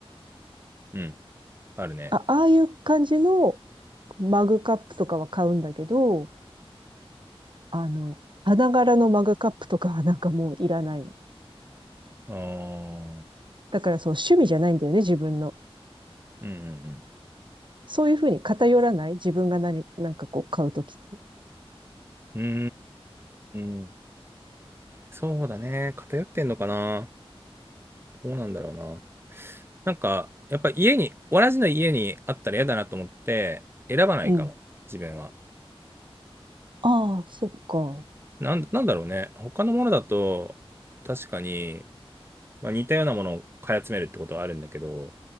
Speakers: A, on the right; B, on the right.
A: うん。あるね。
B: あ、ああいう感じのマグカップとかは買うんだけど、あの、花柄のマグカップとかはなんかもういらないの。
A: ああ。
B: だからそう、趣味じゃないんだよね、自分の。
A: うん
B: そういうふうに偏らない自分が何、なんかこう買うとき。
A: うんうん。うーん。そうだね。偏ってんのかな。どうなんだろうな。なんか、やっぱ家に、同じの家にあったら嫌だなと思って、選ばないかも、
B: うん。
A: 自分は。
B: ああ、そっか。
A: なん、なんだろうね。他のものだと、確かに、まあ、似たようなものを買い集めるってことはあるんだけど、